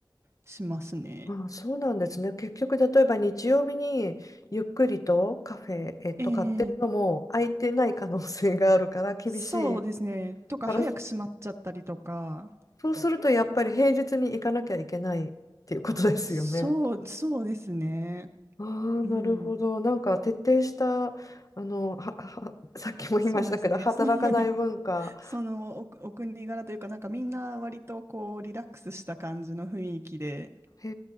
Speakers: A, on the right (about 30°); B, on the left (about 40°).
A: しますね。
B: ああ、そうなんですね。結局、例えば日曜日にゆっくりとカフェ、えっと、
A: え
B: 買ってるのも空いてない可能性があるから厳しい。
A: ー、そうですね。とか、
B: から
A: 早く閉まっちゃったりとか、
B: そうするとやっぱり平日に行かなきゃいけないっていうことですよね。
A: そう、そうですね。
B: ああ、
A: うん。
B: なるほど。なんか徹底した、あの、は、は、さっきも言いましたけど、
A: そうですね。
B: 働かない文化。
A: そ、<laughs> そのお、お国柄というか、なんかみんな割とこう、リラックスした感じの雰囲気で
B: へ